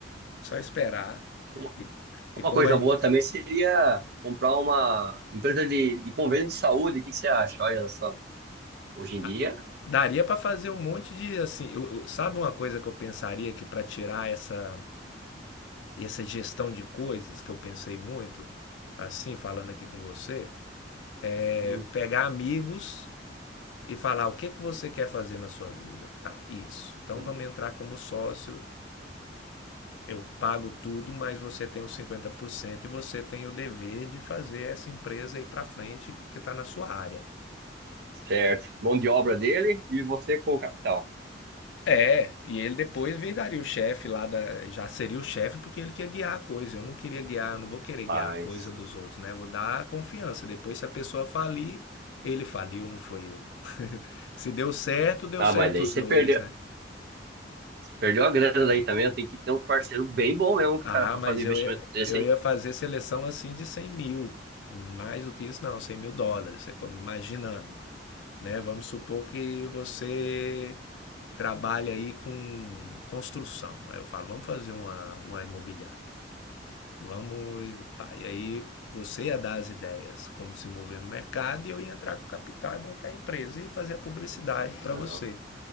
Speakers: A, on the left (about 80°); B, on the right (about 60°).
A: só esperar.
B: Uma
A: E,
B: uma
A: e como
B: coisa
A: a-
B: boa também seria comprar uma empresa de, de convênio de saúde. O que que você acha? Olha só, hoje em
A: a-
B: dia.
A: daria para fazer um monte de assim, eu- eu- sabe uma coisa que eu pensaria que para tirar essa essa gestão de coisas que eu pensei muito, assim, falando aqui com você, é
B: hum,
A: pegar amigos e falar o que que você quer fazer na sua vida. Tá, isso. Então
B: hum,
A: vamos entrar como sócio. Eu pago tudo, mas você tem os 50% e você tem o dever de fazer essa empresa ir para frente que está na sua área.
B: Certo. Mão de obra dele e você com o capital.
A: É, e ele depois viraria o chefe lá da. Já seria o chefe porque ele quer guiar a coisa. Eu não queria guiar, eu não vou querer
B: Mas.
A: guiar a coisa dos outros, né? Vou dar a confiança. Depois, se a pessoa falir, ele faliu, não foi eu. <laughs> Se deu certo, deu
B: Ah,
A: certo
B: mas daí
A: os
B: você
A: dois,
B: perdeu.
A: né?
B: Você perdeu a grana daí também. Tem que ter um parceiro bem bom mesmo,
A: Ah,
B: cara, pra
A: mas
B: fazer investimento
A: eu ia,
B: desse,
A: eu
B: hein?
A: ia fazer seleção assim de 100 mil. Mais do que isso, não, 100 mil dólares. Você co- imagina, né? Vamos supor que você trabalha aí com construção. Aí eu falo, vamos fazer uma, uma imobiliária. Vamos, pá, e aí você ia dar as ideias, como se mover no mercado, e eu ia entrar com capital e montar a empresa e fazer a publicidade para
B: Não,
A: você.